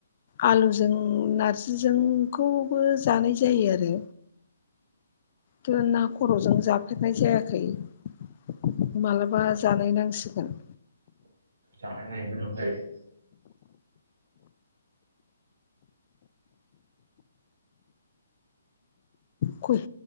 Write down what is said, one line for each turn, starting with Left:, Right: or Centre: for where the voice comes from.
Left: आलुजों नारजिजोंखौबो जानाय जायो आरो। थो ना खर'जों जाफेरनाय जायाखै माबलाबा जानाय नांसि गोन
Right: जानायाय नाय गोथाव जायो।
Left: खुल